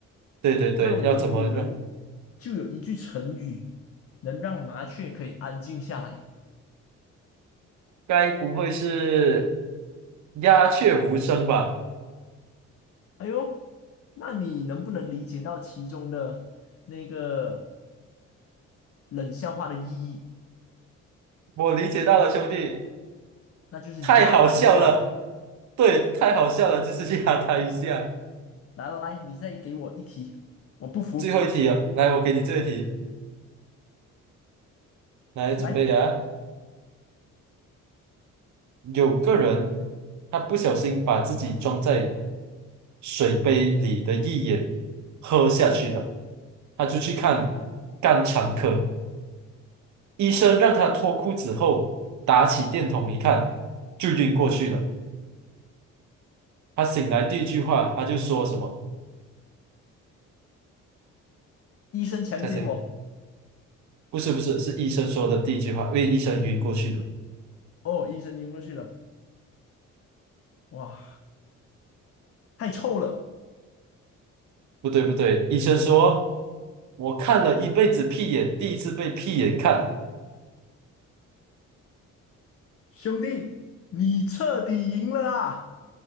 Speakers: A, on the right; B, on the left.
A: 对对对，
B: 那我们古人就有一句成语，
A: 要怎么着？
B: 能让麻雀可以安静下来。
A: 该不会是鸦雀无声吧？
B: 哎呦，那你能不能理解到其中的那个冷笑话的意义？
A: 我理解到了，兄弟，
B: 那就是压他一下嘛。
A: 太好笑了。对，太好笑了，就是 <laughs> 去压他一下。
B: 来来来，你再给我一题，我不服。
A: 最后一题啊，来，我给你这一题，来准备啊。
B: 来，
A: 有个人他不小心把自己装在水杯里的一眼喝下去了，他就去看肝肠科。医生让他脱裤子后，打起电筒一看，就晕过去了。他醒来第一句话，他就说什么？
B: 医生强奸我。
A: 猜猜看，不是不是，是医生说的第一句话，因为医生晕过去了。
B: 哦，医生晕过去了，哇，太臭了，
A: 不对不对，医生说，我看了一辈子屁眼，第一次被屁眼看。
B: 兄弟，你彻底赢了啊！